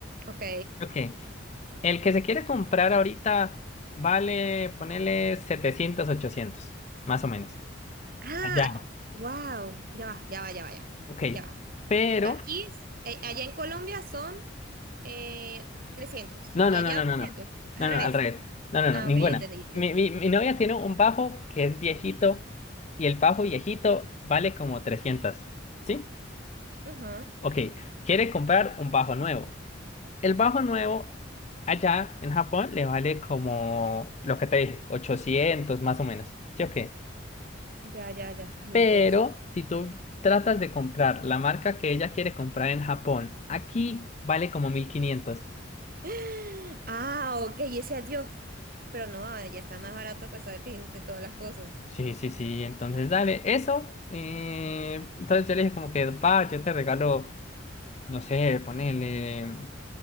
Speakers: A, on the right; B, on the left.
A: Ok.
B: Ok. El que se quiere comprar ahorita vale, ponele 700 800 más o menos.
A: Ah,
B: Allá.
A: wow. Ya va, ya va, ya va, ya.
B: Ok.
A: Ya va.
B: Pero,
A: Aquí, eh, allá en Colombia son eh, 300
B: no,
A: y
B: no,
A: allá
B: no, no,
A: 800.
B: no, no.
A: Es
B: No,
A: al
B: no,
A: revés.
B: al revés. No, no,
A: Ah,
B: no, ninguna.
A: ok, ya entendí, ya
B: Mi,
A: entendí.
B: mi, mi novia tiene un bajo que es viejito y el bajo viejito vale como 300. ¿Sí?
A: Ujú.
B: Ok. Quiere comprar un bajo nuevo. El bajo nuevo allá en Japón le vale como lo que te dije, 800 más o menos. ¿Sí o qué?
A: Ya, ya, ya. Ay,
B: Pero
A: yo.
B: si tú tratas de comprar la marca que ella quiere comprar en Japón, aquí vale como 1500.
A: <gasps> Ah, ok, y ese adiós. Pero no, ah, ya está más barato a pesar de, fin, de todas las cosas.
B: Sí, sí, sí, entonces dale, eso. eh, entonces yo le dije como que, va, yo te regalo, no sé, ponele,